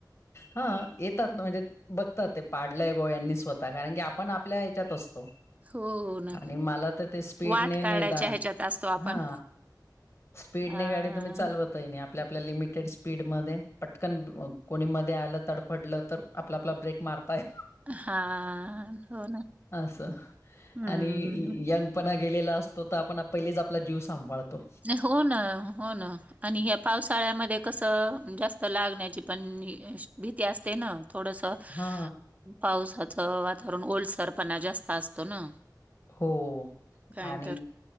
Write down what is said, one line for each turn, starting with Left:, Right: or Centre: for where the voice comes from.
Left: हा येतात ना म्हणजे बघतात ते पाडलंय बो यांनी स्वतः कारण की आपण आपल्या ह्याच्यात असतो
Right: हो ना.
Left: आणि मला तर ते स्पीडने
Right: वाट
Left: नाही
Right: काढायच्या
Left: द
Right: ह्याच्यात असतो आपण.
Left: हा स्पीडने
Right: हां.
Left: गाडी तुम्ही चालवत आप आपल्या लिमिटेड स्पीडमध्ये पटकन कोणी मध्ये आलं तडफडलं तर आपला आपला ब्रेक मारताय
Right: हा.. न. हो, ना.
Left: असं
Right: हं.
Left: आणि य.. यंग. पणा गेलेला असतो, तर आपण. पहिलेच आपला जीव सांभाळतो.
Right: हो, न. हो. न. आणि ह्या पावसाळ्यामध्ये कसं. जास्त लागण्याची पण, भीती असते ना. थोडसं.
Left: हा.
Right: पावसाचं वातावरण ओलसरपणा जास्त असतो ना
Left: हो
Right: काय
Left: आणि
Right: तर.